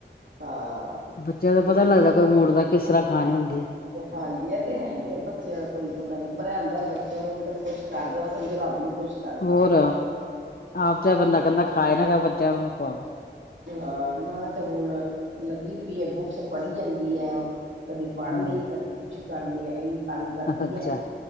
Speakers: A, on the right; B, on the left.
A: ਹਾਂ
B: ਬੱਚਿਆਂ ਦਾ ਪਤਾ
A: ਇਹ
B: ਨੀ ਲੱਗਦਾ ਕੋਈ ਮੂਡ ਦਾ ਕਿਸ ਤਰ੍ਹਾਂ ਖਾਣੀ ਹੁੰਦੀ
A: ਹਾਂਜੀ ਇਹ ਤੇ ਹੈ ਹੀ ਐ, ਬੱਚਿਆਂ ਦਾ ਕੋਈ ਪਤਾ ਨੀ ਪਰ ਐ ਹੁੰਦਾ ਬੱਚਿਆਂ ਨੂੰ ਤਾਂ ਖੁਸ਼ ਕਰ ਦੋ ਸਮਝੋ ਰੱਬ ਨੂੰ ਖੁਸ਼ ਕਰਤਾ।
B: ਹੋਰ ਆਪ ਚਾਏ ਬੰਦਾ ਕਹਿੰਦਾ ਖਾਏ ਨਾ ਖਾਏ ਬੱਚਿਆਂ ਉਹਨਾ ਨੂੰ ਖਵਾਓ।
A: ਹਾਂ ਨਾ ਤੇ ਹੁਣ ਲੱਗੀ ਪਈ ਹੈ ਬੁੱਕਸ ਪੜ੍ਹੀ ਜਾਂਦੀ ਐ। ਕਦੇ ਪੜ੍ਹ
B: ਹਮ
A: ਲਈਦਾ, ਕਦੇ ਕੁਛ ਕਰ ਲਿਆ ਇ ਤੰਗ ਕਰਦੀ
B: ਅੱਛਾ
A: ਐ,